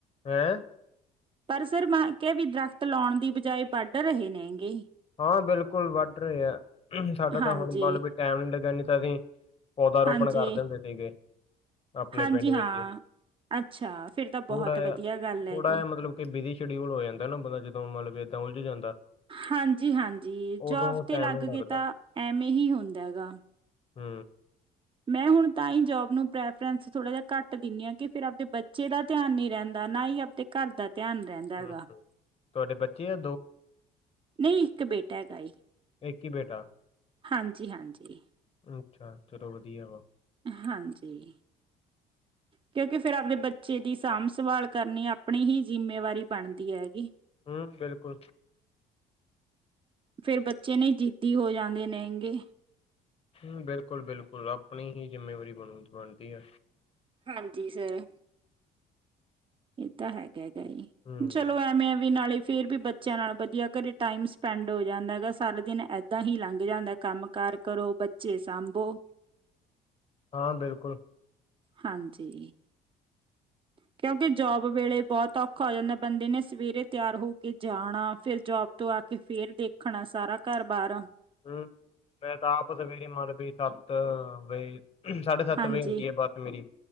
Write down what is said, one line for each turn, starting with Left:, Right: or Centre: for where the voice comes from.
Left: ਹੈਂ
Right: ਪਰ ਸਰ ਮੈਂ ਕਿਹਾ ਵੀ ਦਰਖਤ ਲਾਉਣ ਦੀ ਬਜਾਏ ਵੱਢ ਰਹੇ ਨੇ ਹੈਗੇ।
Left: ਹਾਂ ਬਿਲਕੁਲ ਵੱਢ ਰਹੇ ਆ, ਸਾਡਾ ਤਾਂ
Right: ਹਾਂਜੀ
Left: ਹੁਣ ਮਤਲਬ ਵੀ ਟਾਈਮ ਨੀ ਲੱਗਾ ਕਦੀ ਪੌਦਾ ਰੋਪਣ
Right: ਹਾਂਜੀ
Left: ਕਰਦੇ ਹੁੰਦੇ ਸੀਗੇ। ਆਪਣੇ
Right: ਹਾਂਜੀ
Left: ਪਿੰਡ
Right: ਹਾਂ
Left: ਵਿੱਚ
Right: ਅੱਛਾ ਫਿਰ ਤਾਂ ਬਹੁਤ
Left: ਥੋੜਾ ਜਿਹਾ
Right: ਵਧੀਆ
Left: ਥੋੜਾ
Right: ਗੱਲ ਹੈ ਜੀ
Left: ਜਿਹਾ ਮਤਲਬ ਕਿ ਬਿਜੀ ਸ਼ਡਿਊਲ ਹੋ ਜਾਂਦਾ ਨਾ, ਬੰਦਾ ਜਦੋਂ ਮਤਲਬ ਉਲਝ ਜਾਂਦਾ।
Right: ਹਾਂਜੀ। ਹਾਂਜੀ
Left: ਉਦੋਂ
Right: ਜੋਬ ਤੇ
Left: ਟਾਈਮ
Right: ਲਗ
Left: ਨਹੀਂ ਲੱਗਦਾ।
Right: ਕੇ ਤਾਂ ਐਵੇ ਹੀ ਹੁੰਦਾ ਹੈਗਾ।
Left: ਹੂੰ
Right: ਮੈਂ ਹੁਣ ਤਾਂ ਹੀ ਜੋਬ ਨੂੰ ਪ੍ਰੈਫਰੈਂਸ ਥੋੜ੍ਹਾ ਜਿਹਾ ਘੱਟ ਦਿੰਦੀ ਹਾਂ, ਕਿ ਫਿਰ ਆਪਦੇ ਬੱਚੇ ਦਾ ਧਿਆਨ ਨੀ ਰਹਿੰਦਾ ਨਾ ਹੀ ਆਪਣੇ ਘਰ ਦਾ ਧਿਆਨ ਰਹਿੰਦਾ
Left: ਹੂੰ,
Right: ਹੈਗਾ,
Left: ਹੂੰ। ਤੁਹਾਡੇ ਬੱਚੇ ਆ
Right: ਨਹੀਂ ਇੱਕ ਬੇਟਾ ਹੈਗਾ ਏ
Left: ਇੱਕ ਹੀ ਬੇਟਾ।
Right: ਹਾਂਜੀ ਹਾਂਜੀ।
Left: ਅੱਛਾ ਚਲੋ ਵਧੀਆ ਵਾ।
Right: ਹਾਂਜੀ, ਕਿਉਂਕਿ ਫਿਰ ਆਪਦੇ ਬੱਚੇ ਦੀ ਸਾਂਭ ਸੰਭਾਲ ਕਰਨੀ ਆਪਣੀ ਹੀ ਜਿੰਮੇਵਾਰੀ ਬਣਦੀ ਹੈਗੀ।
Left: ਹੂੰ ਬਿਲਕੁਲ
Right: ਫਿਰ ਬੱਚੇ ਨਹੀਂ ਜਿੱਦੀ ਹੋ ਜਾਂਦੇ ਨੇਗੇ।
Left: ਹੂੰ ਬਿਲਕੁਲ ਬਿਲਕੁਲ ਆਪਣੀ ਹੀ ਜਿੰਮੇਵਾਰੀ ਬਣ ਬਣਦੀ ਹੈ।
Right: ਹਾਂਜੀ ਸਰ ਇਹ ਤਾਂ ਹੈਗੇ ਹੈ।
Left: ਹੂੰ,
Right: ਚਲੋ ਐਵੇਂ ਵੀ ਨਾਲ ਹੀ ਫੇਰ ਵੀ ਬੱਚਿਆਂ ਨਾਲ ਵਧੀਆ ਘਰੇ ਟਾਈਮ ਸਪੈਂਡ ਹੋ ਜਾਂਦਾਗਾ ਸਾਰਾ ਦਿਨ ਏਦਾਂ ਹੀ ਲੰਘ ਜਾਂਦਾ ਕੰਮ ਕਾਰ ਕਰੋ ਬੱਚੇ ਸਾਂਭੋ।
Left: ਹਾਂ ਬਿਲਕੁਲ
Right: ਹਾਂਜੀ। ਕਿਉਂਕਿ ਜੋਬ ਵੇਲੇ ਬਹੁਤ ਔਖਾ ਹੋ ਜਾਂਦਾ, ਬੰਦੇ ਨੇ ਸਵੇਰੇ ਤਿਆਰ ਹੋ ਕੇ ਜਾਣਾ, ਫਿਰ ਜੋਬ ਤੋਂ ਆ ਕੇ ਫੇਰ ਦੇਖਣਾ ਸਾਰਾ ਘਰ ਬਾਹਰ
Left: ਹੂੰ ਮੈਂ ਤਾਂ ਆਪ <unintelligible> ਸਾਢੇ ਸੱਤ
Right: ਹਾਂਜੀ।
Left: ਵਜੇ ਹੁੰਦੀ ਹੈ ਬੱਸ ਮੇਰੀ